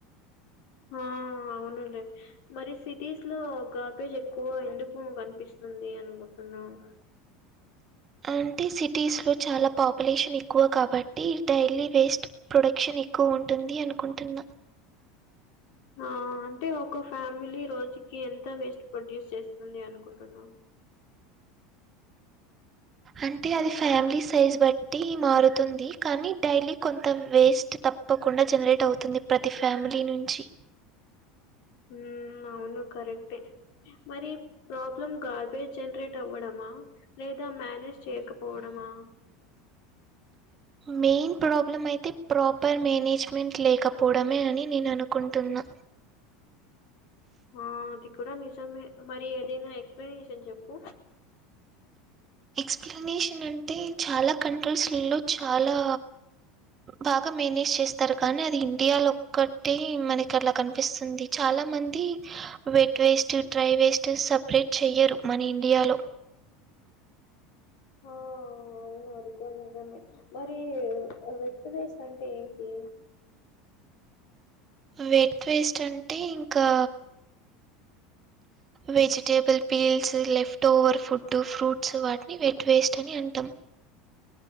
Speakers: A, on the left (about 65°); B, on the right (about 25°).
A: ఆ అవునులే మరి సిటీస్ లో గార్బేజ్ ఎక్కువ ఎందుకు కనిపిస్తుంది అనుకుంటున్నావ్
B: అంటే సిటీస్ లో చాలా పాపులేషన్ ఎక్కువ కాబట్టి డైలీ వేస్ట్ ప్రొడక్షన్ ఎక్కువ ఉంటుంది అనుకుంటున్నా
A: ఆ అంటే ఒక ఫ్యామిలీ రోజుకి ఎంత వేస్ట్ ప్రొడ్యూస్ చేస్తుంది అనుకుంటున్నావు
B: అంటే అది ఫ్యామిలీ సైజ్ బట్టి మారుతుంది కానీ డైలీ కొంత వేస్ట్ తప్పు తప్పకుండా జనరేట్ అవుతుంది ప్రతి ఫ్యామిలీ నుంచి.
A: ఊ అవును కరెక్టే మరీ ప్రాబ్లమ్ గార్బేజ్ జన్రేట్ అవ్వడమా లేదా మ్యానే చేయకపోడమా
B: మేన్ ప్రాబ్లం అయితే ప్రాపర్ మేనేజ్మెంట్ లేకపోడమే అని నేను అనుకుంటున్నా
A: ఆ అది కుడ నిజమే మరి ఏదైనా ఎక్స్పనేషన్ జెప్పు
B: ఎక్స్ప్లనేషన్ అంటే చాలా కంట్రీస్లో చాలా బాగా మేనేజ్ చేస్తారు కానీ అది ఇండియాలో ఒక్కటే మనకి అట్లా కన్పిస్తుంది చాలా మంది wet waste dry waste separate చెయ్యరు మన ఇండియాలో
A: హోఓవ్ ఓ అది కుడా నిజమే మరీ వెట్టు వేస్టంటే ఏంటి
B: వెట్ వేస్ట్ అంటే ఇంకా vegetable peels leftover food fruits వాట్ని వెట్ వేస్టని అంటాం